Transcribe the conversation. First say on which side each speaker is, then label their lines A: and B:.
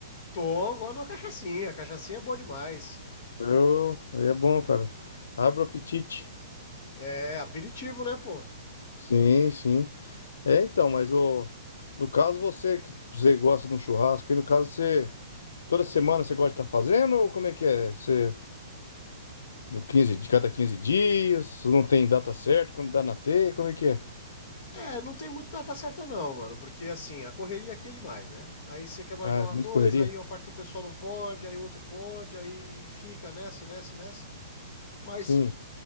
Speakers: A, on the left; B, on the left.
A: Tom, agora uma cachaçinha. Cachaçinha é boa demais.
B: Eu, é bom, cara. Abre o apetite.
A: É aperitivo, né, pô?
B: Sim, sim. É, então, mas o, no caso você, que você gosta de um churrasco, e no caso você, toda semana você gosta de estar fazendo, ou como é que é? Você, do 15 de cada 15 dias, não tem data certa, quando dá na teia, como é que é?
A: É, não tem muito data certa não, mano, porque assim, a correria aqui é demais, né? Aí você quer marcar
B: Ah,
A: uma
B: é muita
A: coisa,
B: correria?
A: aí uma parte do pessoal não pode, aí o outro pode, aí fica nessa, e nessa, e nessa. Mas
B: Sim.